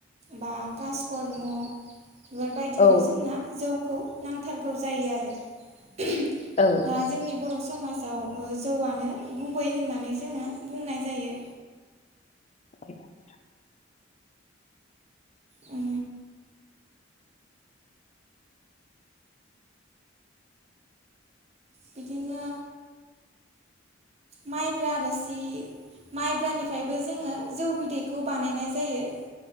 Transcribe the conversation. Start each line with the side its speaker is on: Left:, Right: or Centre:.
Right: बा कासकर्म' बेफोरबायदियाव
Left: औ
Right: जोंना जौखौ नांथारगौ जायो आरो दा
Left: औ औ
Right: जोंनि बर समाजाव ओ जौआनो गुबै होननानै जोङो बुंनाय जायो।
Left: <inaudible>
Right: ओ। बिदिनो। माइब्रा रोसि माइब्रानिफ्रायबो जोङो जौ बिदैखौ बानायनाय जायो।